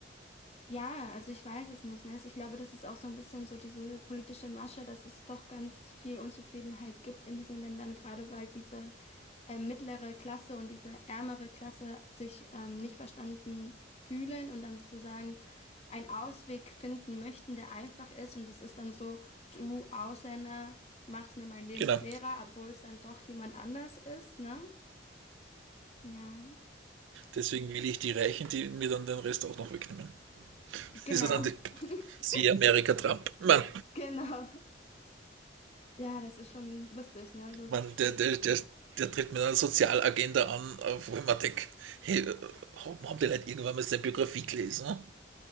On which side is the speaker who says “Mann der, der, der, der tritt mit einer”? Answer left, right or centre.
Right